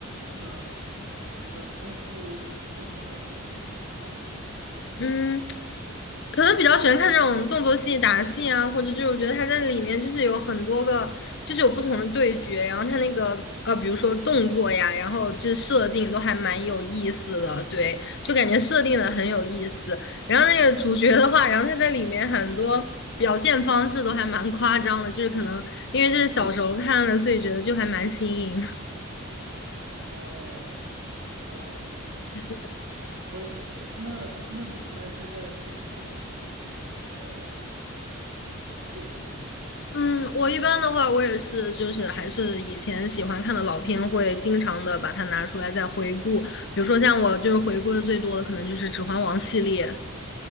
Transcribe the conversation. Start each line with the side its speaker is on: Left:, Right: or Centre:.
Right: 嗯，觉得功夫为什么你会喜欢它呢？
Left: 嗯，可能比较喜欢看这种动作戏、打戏啊，或者就是我觉得他在里面就是有很多个，就是有不同的对决，然后他那个呃，比如说动作呀，然后就是设定都还蛮有意思的，对，就感觉设定的很有意思。然后那个主角的话，然后他在里面很多表现方式都还蛮夸张的，就是可能因为这是小时候看的，所以觉得就还蛮新颖。<laughs>
Right: 哦哦，
Left: 就就
Right: 所以那那你一般现在会看什么呃电影？
Left: 嗯，我一般的话，我也是，就是还是以前喜欢看的老片，会经常的把它拿出来再回顾。比如说像我就是回顾的最多的，可能就是《指环王》系列，